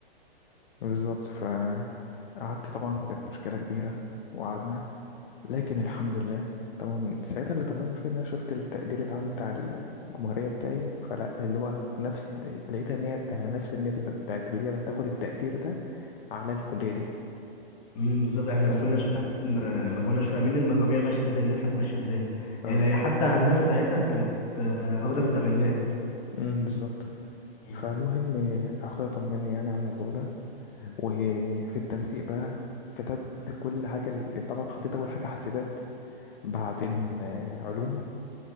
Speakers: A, on the left; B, on the left.
A: بالظبط فقعدت طبعا كانت مشكلة كبيرة وقعدنا لكن الحمد لله طبعا ساعتها اللي طمني فيه ان انا شفت التقدير العام بتاع الجمهورية بتاعي فلا اللي هو نفس لقيتها ان هي ده نفس النسبة بتاعت اللي هي بتاخد التقدير ده على الكلية دي
B: امم بالظبط احنا
A: فساعة
B: ما كناش فاهمين ما كناش فاهمين المجاميع ماشيه ازاي النسب ماشيه ازاي
A: اه
B: يعني حتى هندسه ساعتها كانت آه، واخده من الثمانينات
A: أمم، بالظبط
B: مم.
A: فالمهم اخويا طمني يعني على الموضوع ده وفي التنسيق بقى كتبت كل حاجة اللي- طبعا حطيت أول حاجة حاسبات بعدين آه، علوم